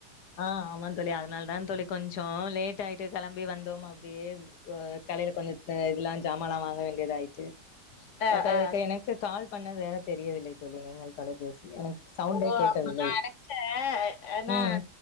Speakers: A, on the left (about 75°); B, on the left (about 55°).
A: ஆஹ் ஆமா தோழி அதனால தா தழி கொஞ்ச லேட் ஆயிட்டு கெளம்பி வந்தோ அப்டியே அஹ் கலையில கொஞ்ச இதெல்லா ஜாமான்ல்லா வாங்க வேண்டியதாயிட்டு
B: அ,
A: பத்தாதுக்கு
B: அ. சரி.
A: எனக்கு கால் பண்ணது வேற தெரியவில்லை தொல்லி நீங்கள் தொலைபேசி எனக்கு சவுண்டே
B: ஓ
A: கேட்கவில்லை
B: ஆமா நா நெனச்சே ஏனா
A: ம்